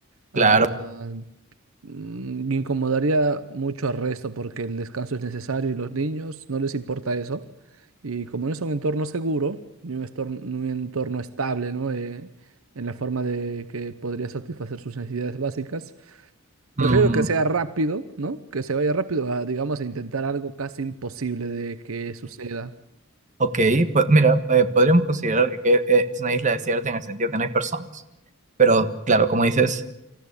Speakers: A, on the right; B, on the right.
A: ah,
B: Claro.
A: mm, incomodaría mucho al resto porque el descanso es necesario y los niños no les importa eso. Y como no es un entorno seguro, ni un estor- ni un entorno estable, ¿no? Eh, en la forma de que podría satisfacer sus necesidades básicas Prefiero
B: Mm,
A: que sea rápido, ¿no? Que se vaya rápido a, digamos, a intentar algo casi imposible de que suceda.
B: ok, pues mira, eh, podríamos considerar que, que es una isla desierta en el sentido que no hay personas. Pero claro, como dices,